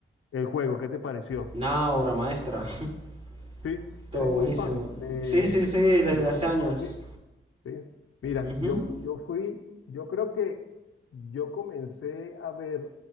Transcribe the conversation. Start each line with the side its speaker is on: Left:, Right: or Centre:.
Left: El juego, ¿qué te pareció?
Right: Nada, obra maestra. <laughs>
Left: Sí,
Right: Todo
Left: eres
Right: buenísimo.
Left: muy fan de,
Right: Sí, sí, sí, desde
Left: de esos
Right: hace
Left: juegos
Right: años.
Left: así. Sí. Mira,
Right: Ujú.
Left: yo, fu- yo fui, yo creo que yo comencé a ver,